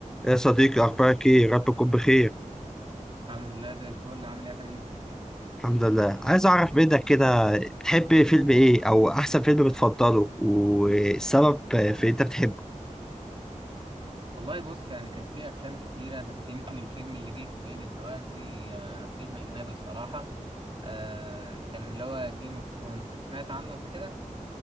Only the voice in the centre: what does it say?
يا صديقي أخبارك إيه؟ رب تكون بخير
الحمد لله عايز أعرف منك كده بتحب فيلم إيه أو أحسن فيلم بتفضله والسبب في أنت بتحبه